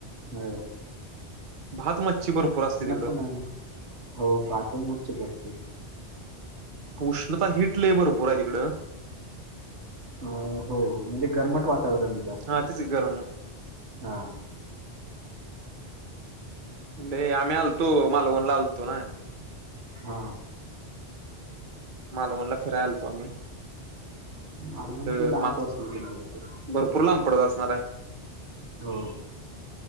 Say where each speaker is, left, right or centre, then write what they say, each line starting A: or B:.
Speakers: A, on the right; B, on the right.
A: ह
B: भात मच्छी भरपूर असते तिकडं.
A: पण हो भातण मच्छी भरपूर
B: उष्णता हिट लई भरपूर आहे तिकडं.
A: अ हो म्हणजे गरमट वातावरण आहे. जास्त.
B: हा तेची गरम
A: हा,
B: लय आम्ही आलतो मालवणला आलतो ना,
A: हा,
B: मालवणला फिराय आलतो आम्ही.
A: मालवण
B: एक
A: बी लांब
B: माग
A: पडतो. <unintelligible>
B: भरपूर लांब पडत असणार आहे.
A: हो.